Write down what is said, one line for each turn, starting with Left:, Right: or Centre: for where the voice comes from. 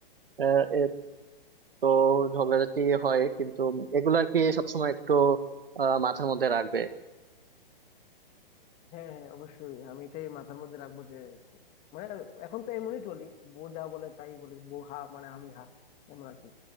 Right: আহ, এ তো ঝগড়াঝাটি হয় কিন্তু এগুলো আর কি সবসময় একটু আহ, মাথার মধ্যে রাখবে
Left: হ্যাঁ হ্যাঁ অবশ্যই আমি এটাই মাথার মধ্যে রাখবো যে মানে এখন তো এমনই চলি বউ যা বলে তাই বলি বউ হা মানে আমি হা এমন আর কি